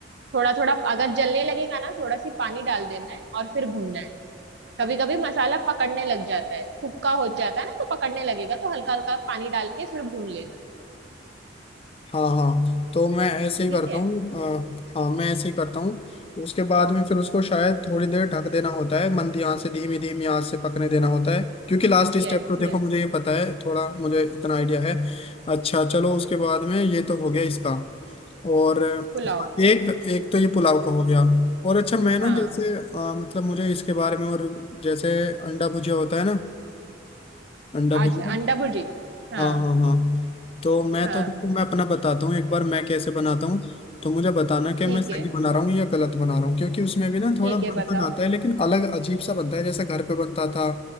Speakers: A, on the right; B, on the left.
A: थोड़ा थोड़ा अगर जलने लगेगा ना थोड़ा सी पानी डाल देना है और फिर भूनना है कभी कभी मसाला पकड़ने लग जाता है सूखा हो जाता है ना तो पकड़ने लगेगा तो हल्का हल्का पानी डाल के फिर भून लेना
B: हाँ हाँ तो मैं ऐसे ही
A: ठीक
B: करता
A: है
B: हूँ अ, हाँ मैं ऐसे ही करता हूँ उसके बाद में फिर उसको शायद थोड़ी देर ढक देना होता है मंदी आंच से धीमी धीमी आंच से पकने देना होता है क्योंकि लास्ट स्टेप
A: Yes
B: तो देखो
A: yes
B: मुझे ये पता है थोड़ा मुझे इतना आइडिया है अच्छा चलो उसके बाद में ये तो हो गया इसका और
A: पुलाव
B: हाँ,
A: का
B: एक एक तो ये पुलाव का हो गया और अच्छा मैं ना
A: हाँ
B: जैसे अ, मतलब मुझे इसके बारे में और जैसे अंडा भुजिया होता है ना अंडा भुजिया
A: आज अंडा भुर्जी हाँ
B: हाँ हाँ हाँ तो मैं
A: हाँ
B: तो तुमको मैं अपना बताता हूँ एक बार मैं कैसे बनाता हूँ तो मुझे बताना कि
A: ठीक
B: मैं सही
A: है
B: बना रहा हूँ या गलत बना रहा हूँ क्योंकि उसमें भी ना थोड़ा
A: ठीक
B: बन
A: है बताओ
B: तो जाता है लेकिन अलग अजीब सा बनता है जैसे घर पे बनता था